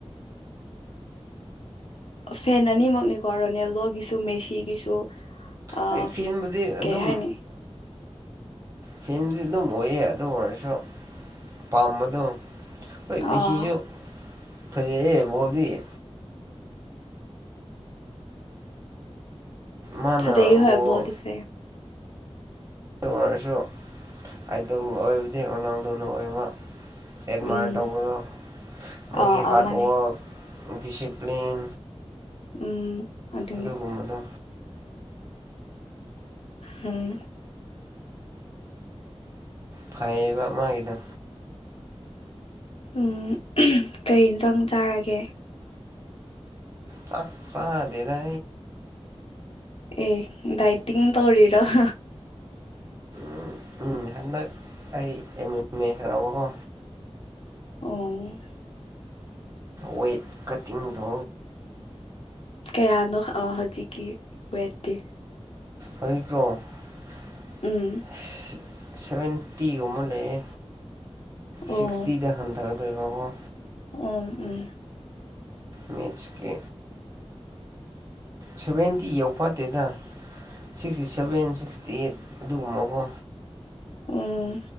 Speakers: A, on the left (about 65°); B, on the right (about 30°).
A: ꯐꯦꯟ ꯑꯅꯤꯃꯛꯅꯤꯀꯣ ꯔꯣꯅꯦꯜꯗꯣ ꯒꯤꯁꯨ ꯃꯦꯁꯤꯒꯤꯁꯨ ꯑꯥ
B: ꯍꯣꯏ ꯐꯦꯟꯕꯨꯗꯤ
A: ꯀꯩ
B: ꯑꯗꯨꯝ
A: ꯍꯥꯏꯅꯤ
B: ꯐꯦꯟꯗꯤ ꯑꯗꯨꯝ ꯑꯣꯏꯌꯦ ꯑꯗꯨ ꯑꯣꯏꯔꯁꯨ ꯄꯥꯝꯕꯗꯣ ꯍꯣꯏ ꯃꯦꯁꯤꯁꯨ
A: ꯑꯥ
B: ꯐ ꯃꯣꯗꯤ <unintelligible> ꯃꯥꯅ
A: ꯐꯖꯩ ꯍꯕꯣꯗꯤꯞꯁꯦ
B: ꯕꯣꯜ ꯑꯗꯨ ꯑꯣꯏꯔꯁꯨ ꯑꯗꯧ ꯑꯣꯏꯕꯗꯤ ꯔꯣꯅꯥꯜꯗꯨꯣꯅ ꯑꯣꯏꯕ ꯑꯦꯠꯃꯥꯏꯌꯔ
A: ꯎꯝ
B: ꯇꯧꯕꯗꯣ ꯃꯣꯏꯒꯤ
A: ꯑꯥ ꯑꯥ
B: ꯍꯥꯔꯠ
A: ꯃꯥꯅꯦ
B: ꯋꯥꯔꯛ ꯗꯤꯁꯤꯄ꯭ꯂꯤꯟ
A: ꯎꯝ ꯑꯗꯨꯅꯦ
B: ꯑꯗꯨꯒꯨꯝꯕꯗꯣ
A: ꯎꯝ
B: ꯐꯩꯕ ꯃꯥꯒꯤꯗ
A: ꯎꯝ ꯀꯔꯤ ꯆꯪ ꯆꯥꯔꯒꯦ
B: ꯆꯥꯛꯆꯥꯥ ꯑꯗꯨꯦꯗ
A: ꯑꯦ ꯗꯗꯥꯩꯇ ꯇꯧ ꯋꯥꯔꯤꯔ <inaudible>
B: ꯎꯝ ꯎꯝ ꯍꯟꯗꯛ ꯑꯩꯖꯔꯕꯀꯣ
A: ꯑꯣ
B: ꯋꯦꯠ ꯀꯇꯤꯡꯗꯨꯒ
A: ꯀꯌꯥꯅꯣ ꯍꯧꯖꯤꯛꯀꯤ ꯑꯣꯏꯦꯠꯇ
B: ꯍꯧꯈ꯭ꯔꯣ <unintelligible>
A: ꯎꯝ
B: ꯁꯕꯦꯟꯇꯤꯒꯨꯝꯃ ꯂꯩꯦ
A: ꯑꯣ
B: ꯁꯤꯁꯇꯤꯗꯅ ꯊꯒꯦ ꯂꯩꯣꯏꯕꯕꯨꯨ
A: ꯎꯝ ꯎꯝ
B: ꯃꯦꯆꯀꯤ ꯁꯨꯚꯦꯟ ꯤ ꯌꯧꯐꯗꯦꯗ ꯁꯤꯛꯁꯇꯤ ꯁꯚꯦꯟ ꯁꯤꯛꯁꯇꯤ ꯑꯩꯠ ꯑꯗꯨꯒꯨꯝꯕꯀꯣ
A: ꯎꯝ